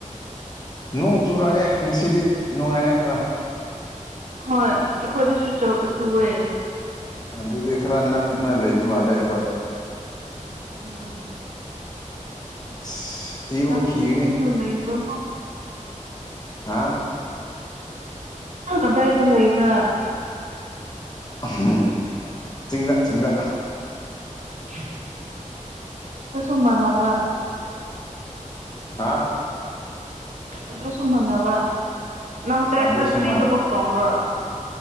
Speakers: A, on the left; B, on the right.
A: ꯅꯣꯡ ꯆꯨꯔꯛꯑꯦ ꯉꯁꯤꯗꯤ ꯅꯨꯡꯉꯥꯏꯔꯦ ꯈꯔ
B: ꯍꯣꯏ ꯑꯩꯈꯣꯏꯗꯁꯨ ꯆꯨ ꯆꯨꯑꯦ
A: ꯑꯗꯨꯗꯤ ꯈꯔ ꯅꯛꯅ ꯂꯩꯕ ꯃꯥꯜꯂꯦ ꯑꯩꯈꯣꯏ
B: ꯎꯝ
A: ꯑꯁ ꯏꯔꯨ
B: ꯅꯪ
A: ꯈꯤꯒꯅꯤ
B: <unintelligible> ꯏ꯭ꯔꯕꯣ
A: ꯍꯥꯥ
B: ꯅꯪ ꯀꯗꯥꯏꯇꯥ ꯂꯩꯕꯔ꯭?
A: ꯎꯝꯍꯨ ꯆꯤꯡꯗꯥ ꯆꯤꯡꯗꯥ
B: <inaudible> ꯗꯨꯁꯨ ꯃꯥꯅꯕ
A: ꯍꯥ
B: ꯑꯗꯨꯁꯨꯨ ꯃꯥꯟꯅꯅꯕ ꯫ ꯅꯪ ꯆꯔꯆꯇ
A: ꯑꯗꯨ ꯁꯨꯃꯥꯏ
B: ꯀꯔꯤ ꯊꯕꯛ ꯇꯧꯕ꯭ꯔꯥ?